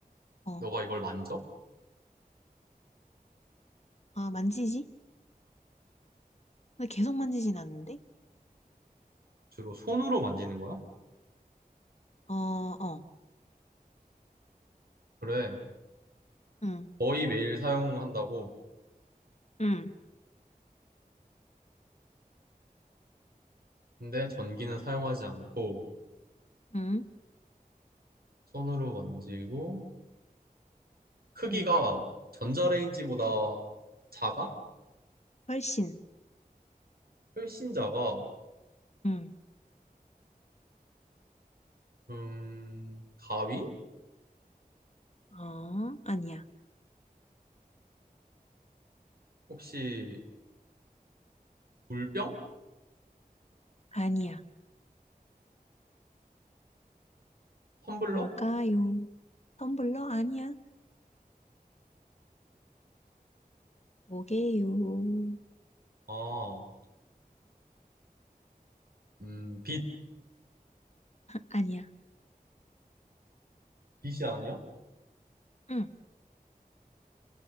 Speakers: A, on the left; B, on the right.
A: 어,
B: 너가 이걸 만져?
A: 아, 만지지? 근데 계속 만지진 않는데?
B: 주로 손으로 만지는 거야?
A: 어, 어,
B: 그래.
A: 응,
B: 거의 매일 사용한다고.
A: 응,
B: 근데 전기는 사용하지 않고
A: 응,
B: 손으로 만지고 크기가
A: 응.
B: 전자레인지보다 작아?
A: 훨씬,
B: 혈신자가
A: 응.
B: 음 가위?
A: 어, 아니야.
B: 혹시 물병?
A: 아니야.
B: 텀블러?
A: 뭘까요? 텀블러 아니야. 뭐게요?
B: 아, 음, 빛.
A: 아니야.
B: 빛이 아니야?
A: 응,